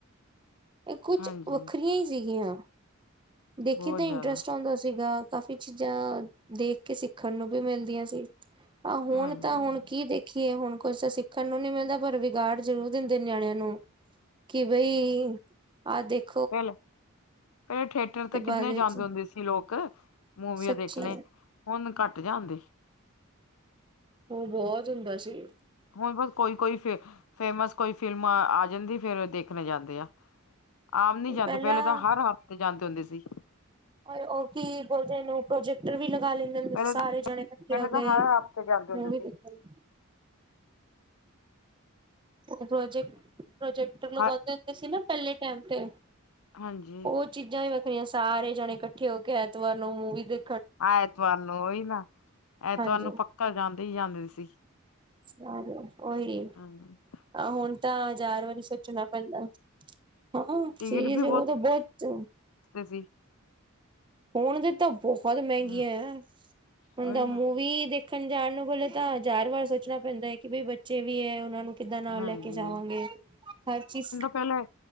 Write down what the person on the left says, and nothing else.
ਹਾਂਜੀ
ਬਹੁਤ
ਜ਼ਿਆਦਾ
ਹਾਂਜੀ,
ਚਲੋ ਇਹ ਥੇਠ ਤੇ ਕਿੰਨੇ
ਜਾਂਦੇ ਹੁੰਦੇ ਸੀ ਲੋਕ ਮੂਵੀਆਂ
ਦੇਖਣੇ ਹੁਣ ਘੱਟ ਜਾਂਦੇ।
ਹੁਣ ਬਸ ਕੋਈ-ਕੋਈ ਫੇ, ਫੇਮਸ ਕੋਈ ਫਿਲਮ ਆ ਜਾਂਦੀ, ਫਿਰ ਦੇਖਣੇ ਜਾਂਦੇ ਆ। ਆਮ ਨੀ ਜਾਂਦੇ,
ਪਹਿਲੇ ਤਾਂ ਹਰ ਹਫ਼ਤੇ ਜਾਂਦੇ ਹੁੰਦੇ ਸੀ।
ਪਹਿਲੇ
ਤਾਂ
ਪਹਿਲੇ
ਤਾਂ
ਹਰ ਹਫ਼ਤੇ ਜਾਂਦੇ ਹੁੰਦੇ
ਸੀ
ਹ
ਹਾਂਜੀ।
ਐਤਵਾਰ ਨੂੰ, ਓਹੀ ਨਾ, ਐਤਵਾਰ
ਨੂੰ ਪੱਕਾ ਜਾਂਦੇ ਹੀ ਜਾਂਦੇ ਸੀ।
ਹਾ <unintelligible>
ਟਿਕਟ
ਵੀ
ਸਸਤੇ ਸੀ।
ਹੂੰ,
ਉਹੀ
ਨਾ।
ਹਾਂਜੀ,
ਪਹਿਲੇ